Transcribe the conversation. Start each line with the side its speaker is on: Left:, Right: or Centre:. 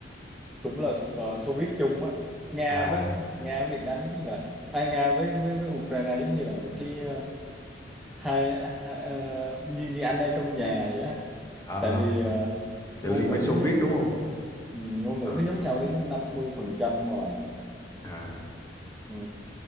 Centre: cũng là thuộc ờ, Xô Viết chung á. Nga
Left: à
Centre: với Nga với Việt Nam giống như là à, Nga với với với Ukraine giống như là một cái ờ, hai, hai ờ, như như anh em trong nhà vậy á.
Left: ờ,
Centre: Tại vì ờ,
Left: từ
Centre: ngôn
Left: Liên
Centre: ngữ
Left: bang Xô
Centre: nó giống
Left: Viết đúng không
Centre: ừ, ngôn ngữ
Left: à,
Centre: nó giống nhau đến 50% rồi.
Left: à
Centre: Ừ.